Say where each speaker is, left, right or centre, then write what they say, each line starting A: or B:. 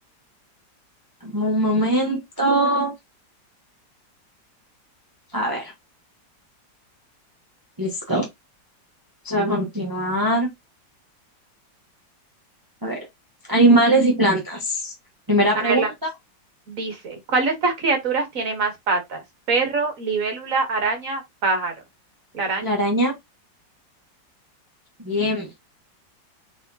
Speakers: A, on the right (about 20°); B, on the right (about 50°).
A: un momento. A ver, listo. Vamos a continuar. A ver, animales y plantas. Primera
B: A
A: pregunta,
B: verla. Dice, ¿cuál de estas criaturas tiene más patas? Perro, libélula, araña, pájaro. La araña.
A: la araña. Bien,